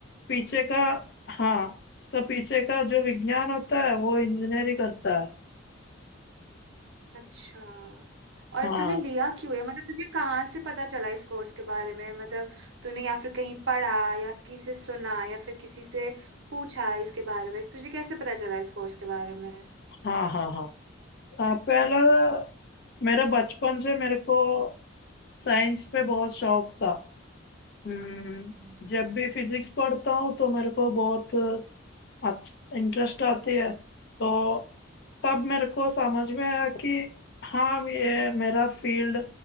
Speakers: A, on the left; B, on the right.
A: पीछे का हाँ उसका पीछे का जो विज्ञान होता है वो इंजीनियरिंग करता है
B: अच्छा और
A: हाँ
B: तूने लिया क्यों है मतलब तुझे कहाँ से पता चला इस कोर्स के बारे में मतलब तूने या फिर कहीं पढ़ा या फिर किसी से सुना या फिर किसी से पूछा इसके बारे में तुझे कैसे पता चला इस कोर्स के बारे में
A: हाँ हाँ हाँ हाँ, पहला मेरा बचपन से मेरे को साइंस पे बहुत शौक था हम्म
B: हम्म,
A: जब भी फिजिक्स पढ़ता हूँ तो मेरे को बहुत अच्छा इंटरेस्ट आती है तो तब मेरे को समझ में आया कि हाँ ये मेरा फील्ड